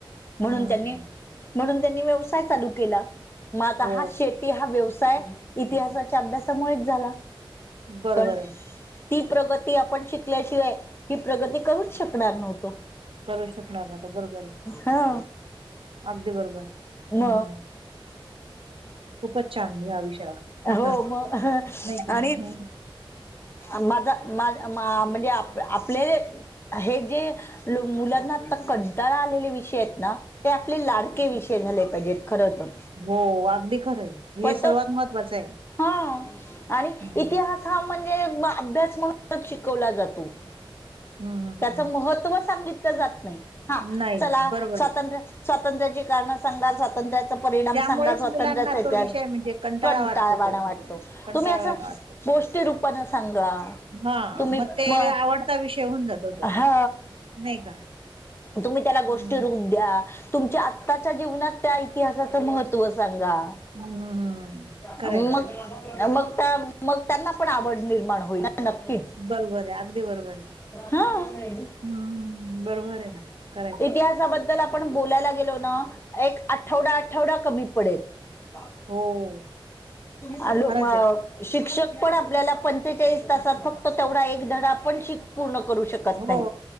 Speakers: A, on the left; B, on the right.
A: म्हणून
B: हम्म
A: त्यांनी. म्हणून त्यांनी व्यवसाय चालू केला मगं आता
B: हो
A: हा शेतकरी. हा व्यवसाय इतिहासाच्या अभ्यासामुळेचं झाला
B: बरोबर
A: कारण.
B: आहे
A: ती प्रगती आपण शिकल्याशिवाय ही प्रगती करूचं शकणार नव्हतो.
B: करू शकणार ना तर बरोबर आहे
A: हा.
B: अगदी बरोबर.
A: म.
B: हम्म खूपच छान या विषयावर
A: हो मग
B: नाही का
A: आणि
B: हं.
A: माझ म्हणजे आपले हे जे मुलांना आता कड्डाळा आलेले विषय आहेत ना ते आपले लाडके विषय हे झाले पाहिजेत खरं तर
B: हो अगदी खरंय हे
A: पण
B: सर्वात
A: त
B: महत्वाचं आहे.
A: हा आणि
B: हं.
A: इतिहास हा म्हणजे अभ्यास म्हणून शिकवला जातो
B: हम् हम हंम
A: महव सांगितलं जात नाही हा
B: नाही
A: चला
B: बरोबर
A: स्वंत्र
B: आहे.
A: स्वातंत्र्याची कारणं सांगा स्वातंत्र्या परिणाम
B: त्यामुळेच
A: सांगा स्वतंत्र
B: मुलांना तो विषय म्हणजे कंटाळा
A: कंटाळवाणा
B: वाटतो तो
A: वाटतो.
B: असं कंटाळवाणा
A: तुम्ही असं
B: वाटतो.
A: गोष्टी रूपाने सांगा.
B: हां,
A: तुम्ही
B: मग ते
A: म
B: आवडता विषय होऊन जातो तो
A: हा
B: नाही का?
A: तुम्ही त्याला गोष्टी
B: हं.
A: रु द तुमच्या आत्ताच्या जीवनात त्या इतिहासाचं महत्त्व सांगा
B: हं, हं, हं. खरं
A: मग
B: आहे.
A: मग त्या मग त्यांना पण आवड निर्माण होईल नक्कीच
B: बरोबर आहे अगदी बरोबर आहे
A: हा
B: हम् बरोबर आहे ना करायच
A: इतिहासामध्ये आपण बोलायला गेलो ना एक आठवडा आठवडा कमी पडेल
B: हो,
A: आॅलो
B: खरंच
A: म
B: आहे.
A: शिक्षक पण आपल्याला पंचेचाळीस तासात फक्त तेवढा एक धडा पण श पूर्ण करू शकतो
B: हो,
A: नाही